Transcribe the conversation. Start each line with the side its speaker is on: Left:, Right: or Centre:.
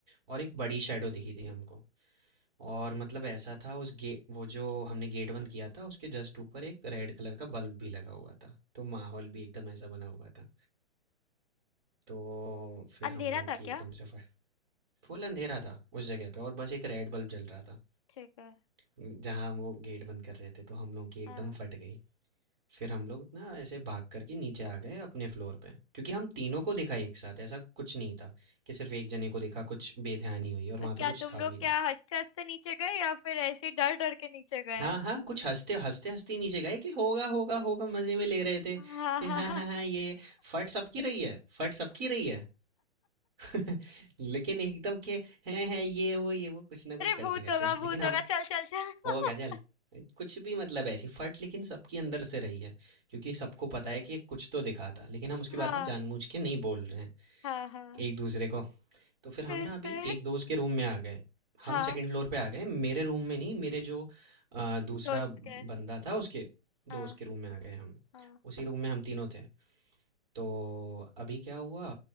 Right: और एक बड़ी शैडो दिखी थी हमको और मतलब ऐसा था उस गे वो जो हमने गेट बंद किया था, उसके जस्ट ऊपर एक रेड कलर का बल्ब भी लगा हुआ था। तो माहौल भी एकदम ऐसा बना हुआ था। तो फिर
Left: अंधेरा
Right: हम लोगों
Left: था
Right: की एकदम
Left: क्या
Right: से फ फुल अंधेरा था उस जगह पे और बस एक रेड बल्ब जल रहा था,
Left: ठीक है
Right: जहाँ हम वो गेट बंद कर रहे थे, तो हम लोगों की एकदम
Left: हाँ
Right: फट गई। फिर हम लोग ना ऐसे भाग कर के नीचे आ गए अपने फ्लोर पे क्योंकि हम तीनों को दिखा एक साथ ऐसा कुछ नहीं था कि सिर्फ एक जने को दिखा कुछ बेध्यानी हुई और वहाँ
Left: तो
Right: पे
Left: क्या
Right: कुछ
Left: तुम
Right: था
Left: लोग
Right: भी नहीं
Left: क्या हंसते हंसते नीचे गए या फिर ऐसे ही डर डर के नीचे गए
Right: हाँ हाँ कुछ हंसते हंसते हंसते नीचे गए कि होगा होगा होगा मज़े में ले रहे थे
Left: अरे
Right: कि हाँ हाँ हाँ ये फट सबकी रही है फट सबकी रही है <laughs> लेकिन एकदम के हैं हैं ये वो ये वो कुछ ना कुछ करते
Left: भूत
Right: करते
Left: होगा भूत
Right: लेकिन हम
Left: होगा चल चल चल
Right: हो गजल कुछ भी मतलब ऐसी फट लेकिन सबकी अंदर से रही है क्योंकि सबको पता है कि ये कुछ तो दिखा था लेकिन हम उसके बारे
Left: हाँ
Right: में जानबूझ के नहीं बोल रहे हैं
Left: हाँ हाँ
Right: एक दूसरे को तो फिर हम
Left: फिर
Right: ना अभी
Left: फिर
Right: एक दोस्त के रूम में आ गए हम
Left: हाँ
Right: सेकंड फ्लोर पे आ गए मेरे रूम में नहीं मेरे जो आ, दूसरा
Left: दोस्त
Right: बंदा
Left: के
Right: था उसके
Left: हाँ
Right: दोस्त के रूम में आ गए हम
Left: हाँ
Right: उसी रूम में हम तीनों थे तो अभी क्या हुआ